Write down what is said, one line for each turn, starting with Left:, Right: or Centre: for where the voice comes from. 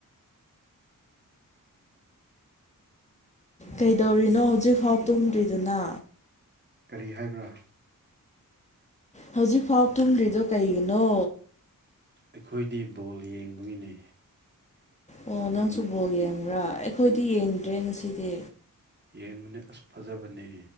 Left: ꯀꯩꯗꯧꯔꯤꯅꯣ ꯍꯧꯖꯤꯛꯐꯥꯎ ꯇꯨꯝꯗ꯭ꯔꯤꯗꯨꯅ
Right: ꯀꯔꯤ ꯍꯥꯏꯕ꯭ꯔꯥ
Left: ꯍꯧꯖꯤꯛꯐꯥꯎ ꯊꯨꯝꯗ꯭ꯔꯤꯗꯨ ꯀꯩꯒꯤꯅꯣ
Right: ꯑꯩꯈꯣꯏꯗꯤ ꯕꯣꯜ ꯌꯦꯡꯕꯒꯤꯅꯦ
Left: ꯑꯣ ꯅꯪꯁꯨ
Right: ꯅꯪ
Left: ꯕꯣꯜ ꯌꯦꯡꯕ꯭ꯔꯥ ꯑꯩꯈꯣꯏꯗꯤ ꯌꯦꯡꯗ꯭ꯔꯦ ꯉꯁꯤꯗꯤ
Right: ꯌꯦꯡꯎꯅꯦ ꯑꯁ ꯐꯖꯕꯅꯦ